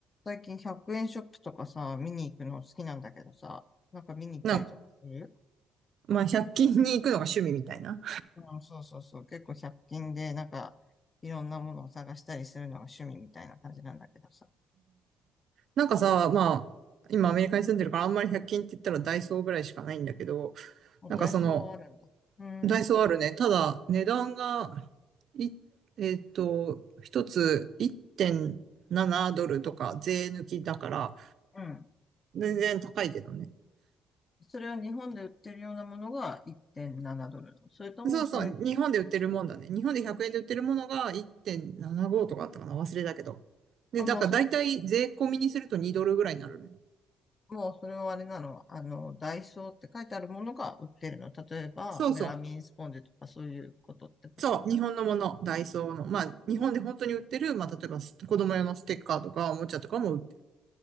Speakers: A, on the left; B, on the right.
A: 最近100円ショップとかさ、見に行くの好きなんだけどさ、なんか見に行ったりとかする
B: なんか、まあ、100均に行くのが趣味みたいな。
A: うん、そうそうそう。結構100均でなんかいろんなものを探したりするのが趣味みたいな感じなんだけどさ。
B: なんかさ、まあ、今アメリカに住んでるからあんまり100均って言ったらダイソーぐらいしかないんだけど、
A: もうダイソーはあるんだ。
B: なんかその、
A: うーん、
B: ダイソーあるね。
A: う
B: ただ、値段が、い、えっと、一つ1.7ドルとか税抜きだから、
A: ん。
B: 全然高いけどね。
A: それは日本で売ってるようなものが1.7ドルなの。それともそれ、
B: そうそう、日本で売ってるもんだね。日本で100円で売ってるものが1.75とかあったかな忘れたけど。で、
A: あ、もうそれ、
B: だから大体税込みにすると2ドルぐらいになるね。
A: もうそれはあれなの。あの、ダイソーって書いてあるものが売ってるの。例えば、
B: そうそう。
A: メラミンスポンジとかそういうことってこと
B: そう、日本のもの、ダイソーの。まあ、日本で本当に売ってる、まあ、例えばす子供用のステッカーとか、おもちゃとかも売って